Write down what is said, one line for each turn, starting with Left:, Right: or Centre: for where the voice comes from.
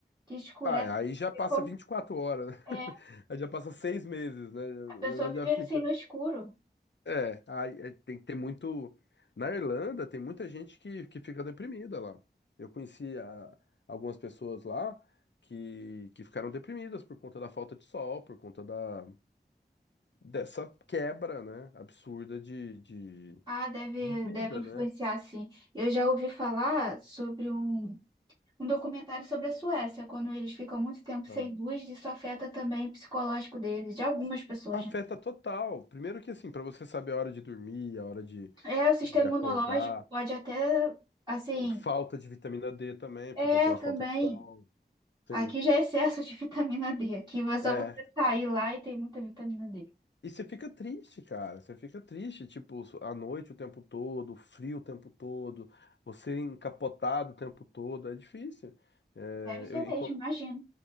Right: Que escurece.
Left: Ah, aí já passa
Right: Ficou,
Left: 24 horas, né? <laughs>
Right: é,
Left: Aí já passa seis meses, né? O
Right: a pessoa
Left: negócio
Right: vive
Left: já fica.
Right: assim no escuro.
Left: É, aí é, tem que ter muito. Na Irlanda, tem muita gente que, que fica deprimida lá. Eu conheci a- algumas pessoas lá que, que ficaram deprimidas por conta da falta de sol, por conta da, dessa quebra, né? Absurda de, de,
Right: Ah, deve,
Left: de vida,
Right: deve influenciar,
Left: né?
Right: sim. Eu já ouvi falar sobre um. um documentário sobre a Suécia, quando eles ficam muito tempo sem
Left: Ah.
Right: luz, isso afeta também o psicológico deles, de algumas pessoas,
Left: Afeta
Right: né?
Left: total. Primeiro que assim, para você saber a hora de dormir, a hora de,
Right: É, o sistema
Left: de acordar,
Right: imunológico pode até, assim,
Left: falta de vitamina D também,
Right: é
Left: por conta da
Right: também.
Left: falta de sol. Sim.
Right: Aqui já é excesso de <laughs> vitamina D. Aqui é só
Left: É.
Right: você sair lá e tem muita vitamina D.
Left: E você fica triste, cara. Você fica triste, tipo, à noite o tempo todo, frio o tempo todo, você encapotado o tempo todo, é difícil. É,
Right: Deve ser
Left: eu,
Right: mesmo,
Left: enco-
Right: imagino.